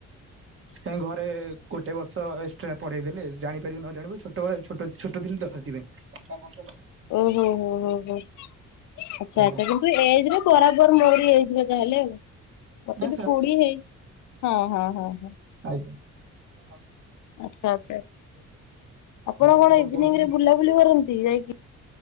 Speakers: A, on the right (about 45°); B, on the left (about 75°).
A: ହଁ ଘରେ ଗୋଟେ ବର୍ଷ ଏକ୍ସଟ୍ରା ପଢେଇ ଦେଲେ ଜାଣିପାରିବୁ ନ ଜାଣିବୁ ଛୋଟବେଳେ ଛୋଟ ଛୋଟ ଥିଲି ତ ସେଥିପାଇଁ। କେତେ ବର୍ଷ ପାଇଁ
B: ଓହୋ, ହୋ, ହୋ, ହୋ ଆଚ୍ଛା,
A: ଆଜ୍ଞା
B: ଆଚ୍ଛା ଯେମ ତୁ ଏଜ୍ ରେ ବରାବର ମୋରି ଏଜ୍ ର ତାହେଲେ ଆଉ। ମୋତେ
A: ନା
B: ବି କୋଡିଏ ହେଇ, ହଁ, ହଁ, ହଁ, ହଁ
A: ଆଜ୍ଞା। <inaudible>
B: ଆଚ୍ଛା, ଆଚ୍ଛା, ଆଚ୍ଛା ଆପଣ
A: ଆଉ
B: କଣ
A: ମୁଁ
B: ଇଭିନିଂ
A: କହୁଥିଲି
B: ରେ ବୁଲାବୁଲି କରନ୍ତି ଯାଇକି?